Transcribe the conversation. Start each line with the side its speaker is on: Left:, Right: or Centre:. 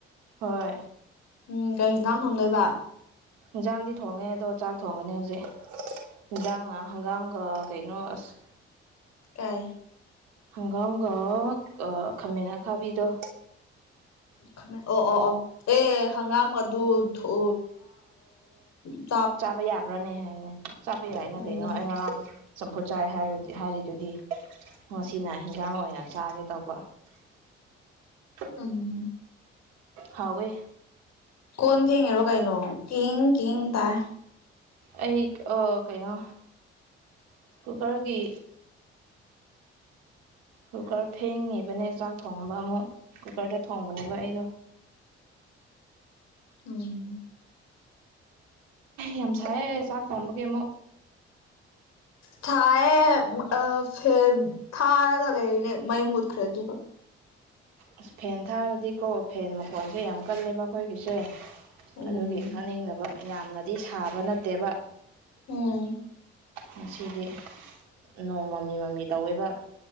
Right: ꯍꯣꯏ
Left: ꯎꯝ ꯀꯔꯤ ꯍꯤꯟꯖꯥꯡ ꯊꯣꯡꯗꯣꯏꯕ
Right: ꯏꯟꯁꯥꯡꯗꯤ ꯊꯣꯡꯉꯦ ꯑꯗꯣ ꯆꯥꯛ ꯊꯣꯡꯒꯅꯤ ꯍꯧꯖꯤꯛ ꯍꯤꯟꯖꯥꯡꯅ ꯍꯪꯒꯥꯝꯒ ꯀꯩꯅꯣ ꯑꯁ
Left: ꯀꯩ
Right: ꯍꯪꯒꯥꯝꯒ ꯑ ꯈꯥꯃꯦꯟ ꯑꯈꯥꯕꯤꯗꯣ
Left: ꯈꯥꯃꯦꯟ ꯑꯣ ꯑꯣ ꯑꯣ ꯑꯦ ꯍꯪꯒꯥꯝ ꯑꯗꯨ ꯊꯣ ꯆꯥ ꯑ
Right: ꯆꯥꯕ ꯌꯥꯕ꯭ꯔꯣꯅꯦ ꯍꯥꯏꯅꯦ ꯆꯥꯕ ꯌꯥꯏꯅ
Left: ꯎꯝ
Right: ꯀꯩꯅꯣ ꯑꯩ ꯉꯔꯥꯡ ꯆꯝꯐꯨꯠ ꯆꯥꯏ ꯍꯥꯏꯔꯤ ꯍꯥꯢꯔꯤꯗꯨꯗꯤ ꯉꯁꯤꯅ ꯍꯤꯟꯖꯥꯡ ꯑꯣꯏꯅ ꯆꯥꯒꯦ ꯇꯧꯕ <inaudible> <inaudible>
Left: ꯎꯝ
Right: ꯍꯥꯎꯋꯤ
Left: ꯀꯣꯟ ꯐꯦꯡꯉꯤꯔꯣ ꯀꯩꯅꯣ ꯀꯦꯡ ꯀꯦꯡ ꯇꯥꯢ
Right: ꯑꯩ ꯑꯥ ꯀꯩꯅꯣ ꯀꯨꯀꯔꯒꯤ ꯀꯨꯀꯔ ꯐꯦꯡꯉꯤꯕꯅꯦ ꯆꯥꯛ ꯊꯣꯡꯅꯕ ꯑꯃꯨꯛ ꯀꯨꯀꯔꯗ ꯊꯣꯡꯕꯅꯦꯕ ꯑꯩꯗꯣ
Left: ꯎꯝ
Right: ꯌꯥꯝ ꯁꯥꯏꯑꯦ ꯆꯥꯛ ꯊꯣꯡꯕꯒꯤ ꯑꯃꯨꯛ
Left: ꯊꯥꯢꯌꯦ ꯑ ꯐꯦꯟ ꯊꯥꯔꯒ ꯂꯩ ꯏꯅꯦ ꯃꯩ ꯃꯨꯠꯈ꯭ꯔꯦ ꯑꯗꯨꯒ
Right: ꯑꯁ ꯐꯦꯟ ꯊꯥꯔꯗꯤꯀꯣ ꯐꯦꯟ ꯃꯈꯣꯟꯁꯦ ꯌꯥꯝ ꯀꯜꯂꯦꯕ ꯑꯩꯈꯣꯏꯒꯤꯁꯦ
Left: ꯎꯝ
Right: ꯑꯗꯨꯒꯤ ꯊꯥꯅꯤꯡꯗꯕ ꯌꯥꯝꯅꯗꯤ ꯁꯥꯕ ꯅꯠꯇꯦꯕ
Left: ꯎꯝ
Right: ꯉꯁꯤꯗꯤ ꯅꯣꯡ ꯃꯃꯤ ꯃꯃꯤ ꯇꯧꯋꯦꯕ